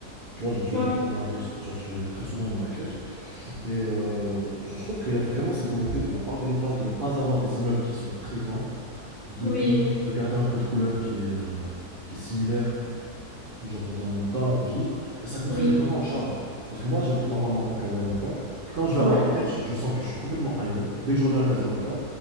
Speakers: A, on the right; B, on the right.
A: Tu vois, genre je
B: Ouais.
A: vais beaucoup à Marrakech, genre je vais très souvent à Marrakech. Et euh, genre je trouve qu'il y a vraiment cette volonté de la part de l'État de ne pas avoir des immeubles qui sont très grands, de
B: Oui.
A: toujours de garder un code couleur qui est, euh, qui est similaire genre dans, dans la ville, et ça contribue
B: Oui.
A: vraiment au charme. Parce que moi, j'habite normalement à Casablanca. Quand je vais
B: Ouais.
A: à Marrakech, je sens que je suis complètement ailleurs. Dès que je reviens à Casablanca,